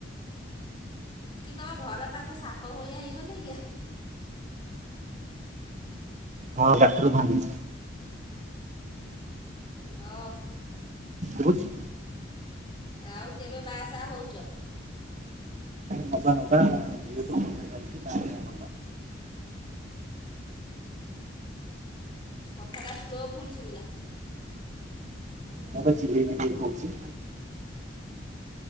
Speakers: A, on the left; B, on the right.
A: କି ତମ ଘର ସାପ ଭଳିଆ ହେଇଗଲେ କି?
B: ହଁ ଡାକ୍ଟର ଭାଙ୍ଗି।
A: ଓ।
B: କହୁଛି
A: ଆଉ କେବେ ବାହାସାହା ହଉଛ?
B: ନକା ନକା ଯାଇଛିବା।
A: କଥାଟା ସ୍ଲୋ ପୁଣି ଶୁଭିଲା।
B: ମୁଁ ପା ଚିଲେଇ ଚିଲେଇ କହୁଛି।